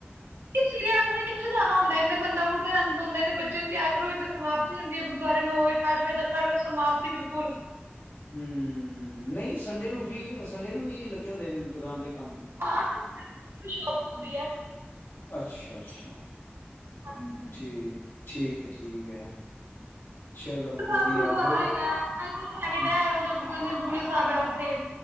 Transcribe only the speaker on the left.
ਹੂੰ ਨਹੀਂ ਸੰਡੇ ਨੂੰ ਫ੍ਰਰੀ ਸੰਡੇ ਨੂੰ ਵੀ ਲੱਗੇ ਹੁੰਦੇ ਦੁਕਾਨ ਤੇ। ਕੰਮ
ਅੱਛਾ ਅੱਛਾ
ਠੀਕ ਠੀਕ ਹੈ ਠੀਕ ਹੈ। ਚਲੋ
ਵਧੀਆ
ਹੋਰ
ਹੂੰ